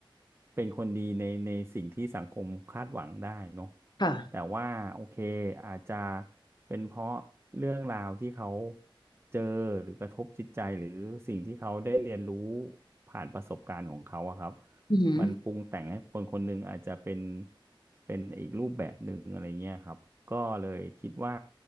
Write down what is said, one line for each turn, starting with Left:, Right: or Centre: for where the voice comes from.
Right: เป็นคนดีในในสิ่งที่สังคมคาดหวังได้เนาะ
Left: ค่ะ
Right: แต่ว่าโอเคอาจจะเป็นเพราะเรื่องราวที่เขาเจอหรือกระทบจิตใจหรือสิ่งที่เขาได้เรียนรู้ผ่านประสบการณ์ของเขาอะครับ
Left: อือหือ
Right: มันปรุงแต่งให้คนคนหนึ่งอาจจะเป็นเป็นอีกรูปแบบหนึ่งอะไรเงี้ยครับ ก็เลยคิดว่า